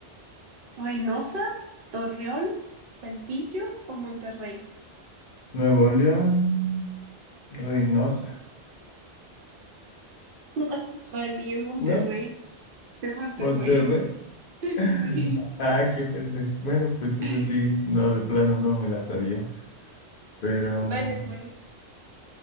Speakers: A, on the right; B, on the left.
A: ¿Reynosa, Torreón, Saltillo o Monterrey? <laughs>
B: Nuevo León, Reynosa,
A: No, Juani, es Monterrey.
B: ¿no?
A: Es Monterrey.
B: Monterrey.
A: <laughs> Sí.
B: <laughs> Ah, qué pendejo. Bueno, pues eso
A: <laughs>
B: sí, no, de plano no me la sabía. Pero,
A: Vale, pues.